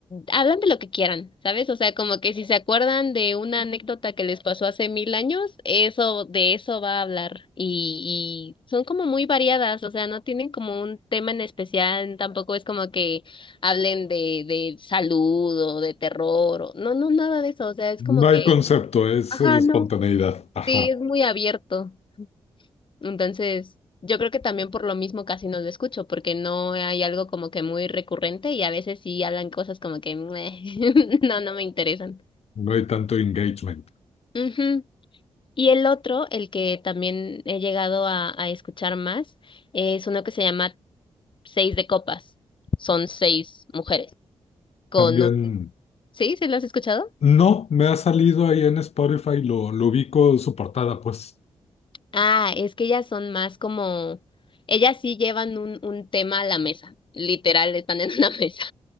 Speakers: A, on the left; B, on the left.
A: hablan de lo que quieran, ¿sabes? O sea, como que si se acuerdan de una anécdota que les pasó hace mil años, eso, de eso va a hablar. Y, y son como muy variadas, o sea, no tienen como un tema en especial, tampoco es como que hablen de, de salud o de terror, o, no, no, nada de eso, o sea, es
B: No
A: como
B: hay
A: que,
B: concepto, es
A: ajá,
B: eh, espontaneidad.
A: no,
B: Ajá.
A: sí, es muy abierto. Entonces, yo creo que también por lo mismo casi no lo escucho, porque no hay algo como que muy recurrente y a veces sí hablan cosas como que "Meh, <laughs> no, no me interesan.
B: No hay tanto engagement.
A: Ujú. Y el otro, el que también he llegado a, a escuchar más, es uno que se llama Seis de Copas. Son seis mujeres con
B: También,
A: un... ¿Sí? ¿Se lo has escuchado?
B: no, me ha salido ahí en Spotify, lo, lo ubico su portada, pues.
A: Ah, es que ellas son más como... Ellas sí llevan un, un tema a la mesa. Literal, están en una <laughs> mesa.